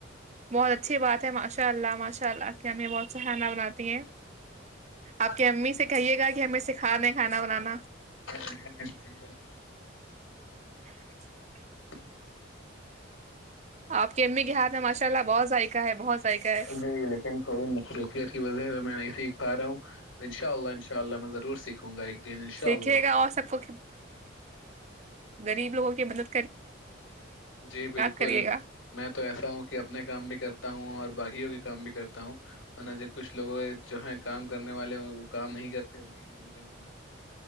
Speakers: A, on the right; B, on the left.
A: بہت اچھی بات ہے ماشاء اللہ ماشاء اللہ کیا ہم یہ بہت سا کھانا بناتی ہیں
B: <unintelligible>
A: آپ کی امی سے کہیے گا کہ ہمیں سکھا دیں کھانا بنانا جی
B: <inaudible>
A: آپ کی امی کے ہاتھ میں ماشاء اللہ بہت ذائقہ ہے بہت ذائقہ ہے
B: جی لیکن تھوری نکری یت کی وجہ سے میں نہیں سیکھ پا رہا ہوں ان شاء اللہ انشاء اللہ میں ضرور سیکھوں گا ایک دن انشاء
A: سیکھیے
B: اللہ
A: گا اور سب کو بوگ کے مطلب
B: جی بالکل
A: کریے گا
B: میں تو ایسا ہوں کہ اپنے کام بھی کرتا ہوں اور باقیوں کے کام بھی کرتا تا ہوں اور ج کچھ لوگوں جو ہے کام کرنے والے وہ کام نہیں کرتے پ <unintelligible>